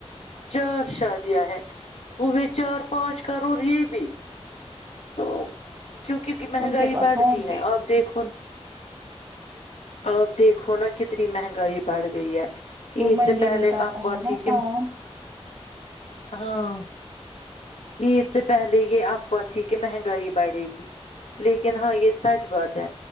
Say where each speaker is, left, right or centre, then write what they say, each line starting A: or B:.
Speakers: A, on the left (about 70°); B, on the right (about 30°).
A: چار شادیاں ہیں وہ بھی چار پانچ کرو اور یہ بھی تو کیونکہ مہنگائی
B: ان کے پاس
A: بڑھتی
B: ہوں
A: ہے
B: گے
A: اور دیکھو آپ دیکھو نا کتنی مہنگائی بڑھ گئی ہے
B: وہ
A: عید
B: منڈے
A: سے پہلے
B: میں کرتا
A: افواہ
B: ہے نا
A: تھی کہ
B: کام
A: ہاں عید سے پہلے یہ افواہ تھی کہ مہنگائی بڑھے گی لیکن ہاں یہ سچ بات ہے